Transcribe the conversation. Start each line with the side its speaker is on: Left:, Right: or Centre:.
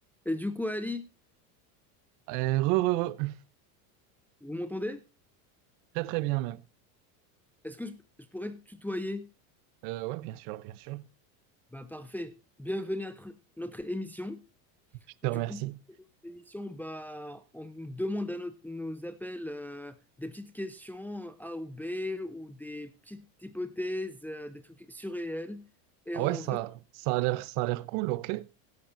Centre: Et du coup, Ali,
Right: Euh, re, re, re.
Centre: vous m'entendez?
Right: Très très bien même.
Centre: Est-ce que je, je pourrais te tutoyer?
Right: Euh, ouais, bien sûr, bien sûr.
Centre: Bah parfait. Bienvenue à tr- notre émission.
Right: Je te
Centre: Du
Right: remercie.
Centre: coup, cette émission, bah, on demande à nos, nos appels euh, des petites questions A ou B ou des petites hypothèses, euh, des trucs surréels. Et
Right: Ah
Centre: on
Right: ouais, ça,
Centre: veut.
Right: ça a l'air, ça a l'air cool, ok.